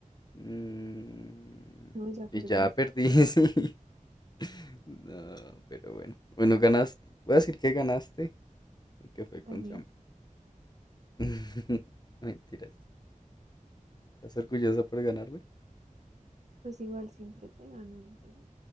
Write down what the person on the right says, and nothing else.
No, ya perdiste.
Gané.
Pues igual siempre te gano, entonces